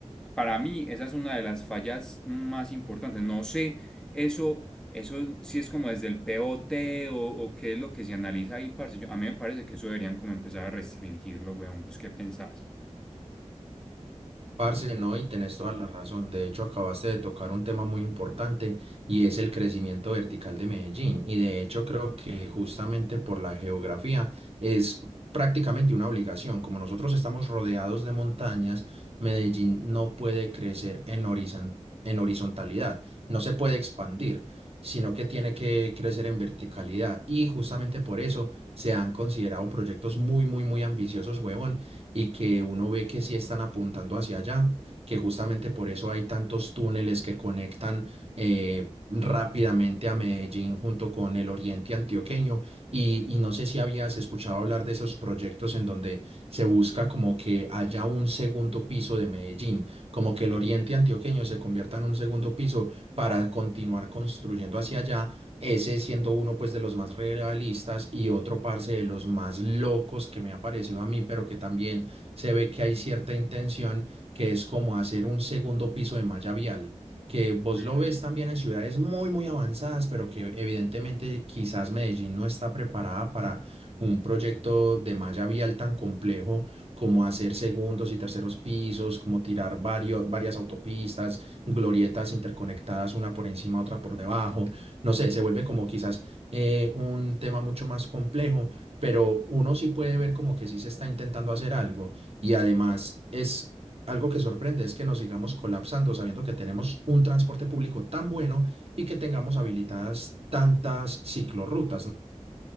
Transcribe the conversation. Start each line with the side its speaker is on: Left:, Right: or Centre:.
Centre: para mí esa es una de las fallas más importantes. No sé, eso, eso sí es como desde el POT o, T o o qué es lo que se analiza ahí, parce. Yo- a mí me parece que eso deberían como empezar a restringirlo, weón. ¿Vos qué pensás?
Right: Parce, no, y tenés toda la razón. De hecho, acabaste de tocar un tema muy importante y es el crecimiento vertical de Medellín. Y de hecho, creo que justamente por la geografía es prácticamente una obligación. Como nosotros estamos rodeados de montañas, Medellín no puede crecer en horizon- en horizontalidad, no se puede expandir, sino que tiene que crecer en verticalidad. Y justamente por eso se han considerado proyectos muy, muy, muy ambiciosos, huevón y que uno ve que sí están apuntando hacia allá, que justamente por eso hay tantos túneles que conectan eh, rápidamente a Medellín junto con el oriente antioqueño. Y, y no sé si habías escuchado hablar de esos proyectos en donde se busca como que haya un segundo piso de Medellín, como que el oriente antioqueño se convierta en un segundo piso para continuar construyendo hacia allá ese siendo uno pues de los más realistas y otro parce de los más locos que me ha parecido a mí, pero que también se ve que hay cierta intención que es como hacer un segundo piso de malla vial, que vos
Centre: Mm.
Right: lo ves también en ciudades muy, muy avanzadas, pero que evidentemente quizás Medellín no está preparada para un proyecto de malla vial tan complejo como hacer segundos y terceros pisos, como tirar varios, varias autopistas, glorietas interconectadas una por encima, otra por debajo. No sé, se vuelve como quizás eh, un tema mucho más complejo, pero uno sí puede ver como que sí se está intentando hacer algo. Y además es algo que sorprende, es que nos sigamos colapsando sabiendo que tenemos un transporte público tan bueno y que tengamos habilitadas tantas ciclorrutas. ¿no?